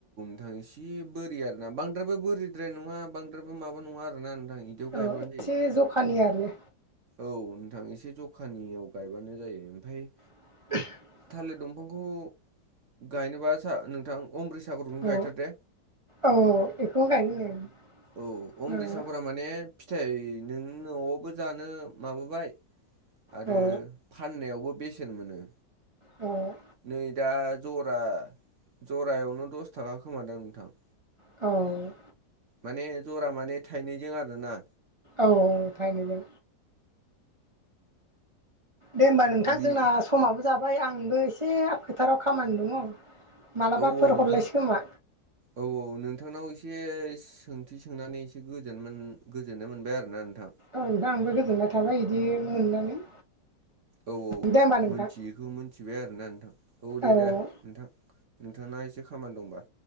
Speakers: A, on the right; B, on the right.
A: इसे बोरि आरोना बांद्रायबो बोरिद्राय नङा बांद्रायबो माबा नङा आरोना नोंथां बिदियाव गायबानो
B: ओ एसे
A: जायो
B: जखानि आरो
A: औ नोंथां एसे जखानियाव गायबानो जायो ओमफ्राय
B: <inaudible> <unintelligible>
A: थालिर दंफांखौ गायनोबा नोंथां अमब्रि सागरखौनो गायथार
B: औ
A: दे
B: औ बेखौनो गायगोन
A: औ
B: नों।
A: अम्रिसाफोरा माने फिथाय नों न'आवबो जानो माबाबाय आरो
B: औ
A: फाननायावबो बेसेन मोनो
B: औ
A: नै दा जरा जरायावनो दस थाखा खोमादां नोंथां
B: औ
A: माने जरा माने थाइनैजों आरोना
B: औ-औ थाइनैजों दे होमबा नोंथां
A: बि
B: जोंना समाबो जाबाय आं आंबो एसे फोथाराव खामानि दङ मालाबाफोर
A: औ-औ नोंथां
B: हरलायसै खोमा
A: औ औ नोंथांनाव एसे सों ओंथि सोंनानै एसे गोजोननाय मोनबाय आरोना नोंथां
B: औ दा आंबो गोजोननाय थाबाय बिदि मोननानै
A: औ औ
B: दे होमबा नोंथां
A: मिथियैखौ मिथिबाय आरोना नोंथां औ दे
B: औ
A: दे नोंथां नोंथाङा एसे खामानि दंबा